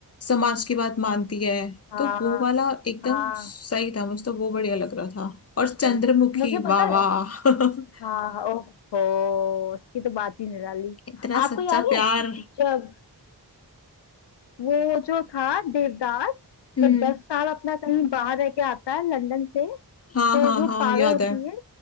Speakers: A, on the left; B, on the left.
A: समाज की बात मानती है
B: हाँ
A: तो वो वाला एकदम
B: हाँ
A: सही था मुझे तो वो बढ़िया लग रहा था और चंद्रमुखी
B: सही मुझे
A: वाह
B: पता
A: वाह
B: है
A: <laughs>
B: हाँ ओहो उसकी तो बात ही निराली
A: इतना
B: आपको
A: सच्चा
B: याद
A: प्यार
B: है जब वो जो था देवदास
A: हम्म
B: जब दस साल अपना कहीं बाहर रह के आता है लंदन से
A: हाँ
B: तो
A: हाँ
B: जो
A: हाँ
B: पारो
A: याद
B: होती
A: है
B: है